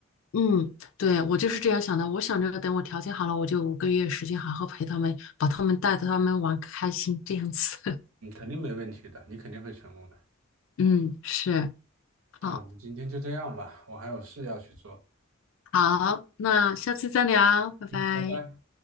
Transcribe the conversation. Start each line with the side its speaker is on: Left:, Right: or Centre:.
Left: 嗯，对，我就是这样想的。我想着等我条件好了，我就五个月时间好好陪他们，把他们带着他们玩开心这样子。<laughs>
Right: 你肯定没问题的，你肯定会成功的。
Left: 嗯，是，好，
Right: 那我们今天就这样吧，我还有事要去做，
Left: 好，那下次再聊，拜拜。
Right: 拜拜。